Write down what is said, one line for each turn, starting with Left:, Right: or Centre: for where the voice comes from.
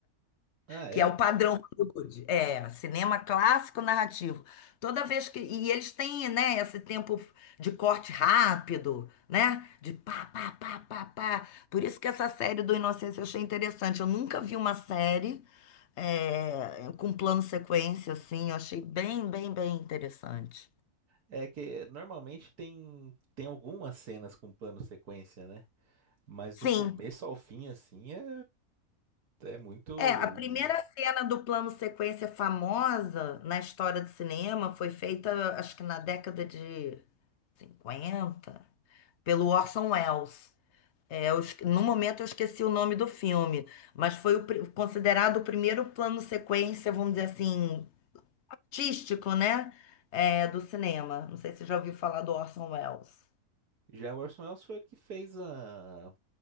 Right: Ah,
Left: Que
Right: é?
Left: é o padrão Hollywood. É, cinema clássico narrativo. Toda vez que. E eles têm, né, esse tempo de corte rápido, né? De pá, pá, pá, pá, pá. Por isso que essa série do Inocência eu achei interessante. Eu nunca vi uma série é, com plano sequência, assim. Eu achei bem, bem, bem interessante.
Right: É que normalmente tem, tem algumas cenas com plano sequência, né? Mas
Left: Sim.
Right: do começo ao fim, assim, é, é muito.
Left: É, a primeira cena do plano sequência famosa na história do cinema foi feita, acho que na década de 50 pelo Orson Welles. É, eu esque- no momento eu esqueci o nome do filme, mas foi o pri- considerado o primeiro plano sequência, vamos dizer assim, artístico, né? É, do cinema. Não sei se você já ouviu falar do Orson Welles.
Right: Já o Orson Welles foi o que fez a,